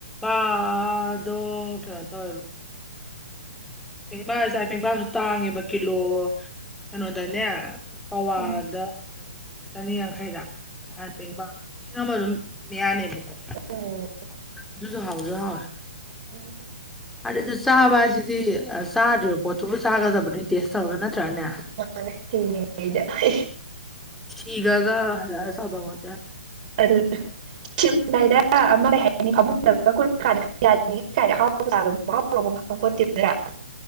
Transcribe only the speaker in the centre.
<unintelligible> ꯗꯣ ꯀꯩꯅꫭ ꯇꯧꯋ‌ꯦꯕ ꯄꯦꯡꯕꯥꯁꯨ ꯄꯦꯡꯕꯥꯁꯨ ꯇꯥꯡꯉꯦꯕ ꯀꯤꯂꯣ ꯀꯩꯅꯣꯗꯅꯦ ꯄꯋꯥꯗ
ꯆꯅꯤꯌꯥꯡꯈꯩꯔꯥ ꯍꯥꯟ ꯄꯦꯡꯕ ꯂꯤꯁꯤꯡ ꯑꯃ ꯑꯗꯨꯝ ꯃꯌꯥꯅꯦꯕꯀꯣ
ꯑꯗꯨꯁꯨ ꯍꯥꯎꯁꯨ ꯍꯥꯎꯋꯦ
ꯑꯗꯨꯗ ꯆꯥꯕ ꯍꯥꯏꯁꯤꯗꯤ ꯆꯥꯗ꯭ꯔꯤꯕ ꯄꯣꯠꯇꯨꯕꯨ ꯆꯥꯒꯗꯕꯅꯤ ꯇꯦꯁ ꯇꯧꯔꯒ ꯅꯠꯇ꯭ꯔꯅꯦ
ꯁꯤꯒꯔꯒ ꯍꯥꯜꯂꯛꯑ ꯆꯗꯧ ꯅꯠꯇ‌ꯦ ꯍꯥꯏꯕ